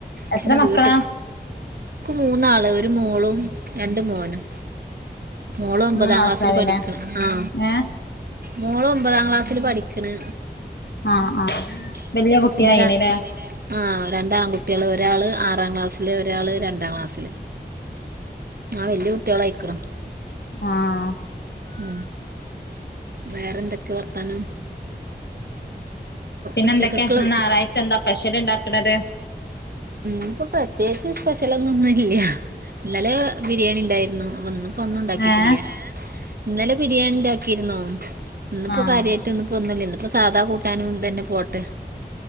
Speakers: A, on the left; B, on the right.
A: എത്ര
B: പിന്നെ
A: മക്കളാ
B: വീട്ട മൂന്നാള് ഒരു മോളും രണ്ട് മോനും മോള്
A: മൂന്നാൾക്കാരല്ലേ
B: ഒമ്പതാം ക്ലാസ്സില് പഠിക്കണ് ആ
A: ഏ
B: മോള് ഒമ്പതാം ക്ലാസ്സില് പഠിക്കണ്
A: ആഹ് ആഹ് വല്യ കുട്ടിയായിണല്ലേ
B: പിന്നെതാ ആ രണ്ട്ആൺകുട്ടികള് ഒരാള് ആറാം ക്ലാസ്സില് ഒരാള് രണ്ടാം ക്ലാസ്സില് ആ വല്യ കുട്ടികളയക്ണ്
A: ആഹ
B: ഉ വേറെ എന്തൊക്കെ വർത്തനം
A: പിന്നെ
B: ഉച്ചക്കൊക്കുള്ള
A: എന്തൊക്കെന്ന് ഞായറാഴ്ച എന്താ സ്പെഷൽ ഉണ്ടാക്കണ്ടത്
B: ഇന്ന് പ്പോ പ്രത്യേകിച്ച് സ്പെഷ്യൽ ഒന്നുംല്ല ഇന്നലെ ബിരിയാണി ഉണ്ടായിരുന്നു വന്നും ന്ന് ഒന്നും ഉണ്ടാക്കിട്ടില്ല
A: ഏഹ്
B: ഇന്നലെ ബിരിയാണി ഉണ്ടാക്കിയിരുന്നോ ഇന്നിപ്പോ
A: ആഹ്
B: കാര്യമായിട്ട് ഒന്നും ഇ ഒന്നുല്ല ഇന്നിപ്പൊ സാധാ കൂട്ടാനും തന്നെ പോട്ടെ